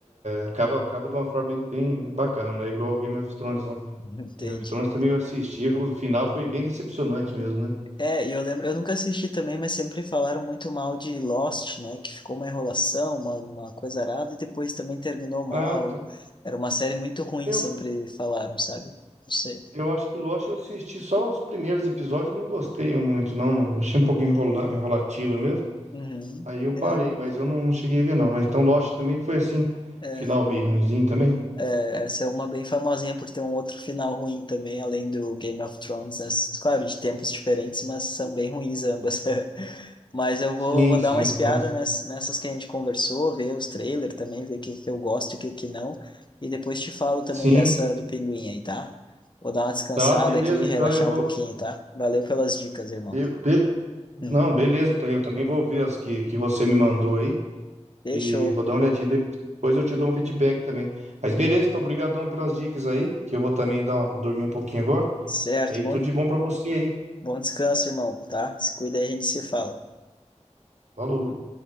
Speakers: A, on the right; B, on the left.
A: é, acaba, acaba de uma forma bem, bem bacana, não é igual ao Game of Thrones, não.
B: <laughs> Entendi.
A: Game of Thrones também eu assisti, o final foi bem decepcionante mesmo, né?
B: É, e eu lembro, eu nunca assisti também, mas sempre falaram muito mal de Lost, né? Que ficou uma enrolação, uma, uma coisa arada, e depois também terminou mal.
A: Ah, tá.
B: Era uma série muito ruim,
A: Eu,
B: sempre falaram, sabe? Não sei.
A: eu acho que Lost eu assisti só os primeiros episódios, não gostei muito, não. não- Achei um pouco enrola, enrolativa mesmo.
B: Uhum.
A: Aí eu parei,
B: É,
A: mas eu não, não cheguei a ver, não. Mas então Lost também foi assim,
B: é.
A: final meio ruinzinho também.
B: Essa é uma bem famosinha por ter um outro final ruim também, além do Game of Thrones, né? Claro, de tempos diferentes, mas são bem ruins ambas. <laughs> Mas eu vou,
A: Sim,
B: vou
A: sim,
B: dar uma espiada
A: entendo.
B: ness- nessas que a gente conversou, ver os trailers também, ver o que, que eu gosto e o que, que não. E depois te falo também
A: Sim,
B: dessa do Pinguim aí, tá? Vou dar uma descansada
A: tá, beleza.
B: aqui, relaxar
A: Então eu vou.
B: um pouquinho, tá? Valeu pelas dicas, irmão.
A: eu- be-
B: Hum.
A: não, beleza, então eu também vou ver as que, que você me mandou aí.
B: Fechou.
A: E vou dar uma olhadinha. Depois eu te dou um feedback também. Mas beleza, então, obrigadão pelas dicas aí, que eu vou também dar, dormir um pouquinho agora.
B: Certo,
A: Aí
B: bom,
A: tudo de bom pra você aí.
B: bom descanso, irmão, tá? Se cuida aí, a gente se fala.
A: Falou.